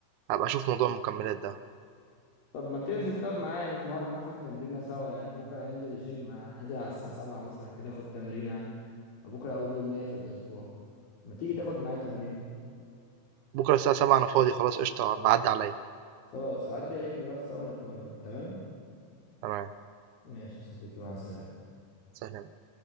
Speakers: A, on the right (about 75°); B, on the left (about 75°).
A: هابقى أشوف موضوع المكملات ده.
B: طب ما تنزل طب معايا نتمرن ناخد تمرينة سوا يعني بكرة هننزل الجيم انزل على الساعة 7 مثلا كده اخد تمرينة بكره اول يوم ليا في الاسبوع ما تيجي تاخد معايا تمرين
A: بُكرة الساعة 07:00 أنا فاضي خلاص قشطة، ابقى عدّي عليّا.
B: خلاص عدي عليك نروح سوا نتمرن تمام
A: تمام،
B: ماشي يا صديقي مع السلامه
A: سلام.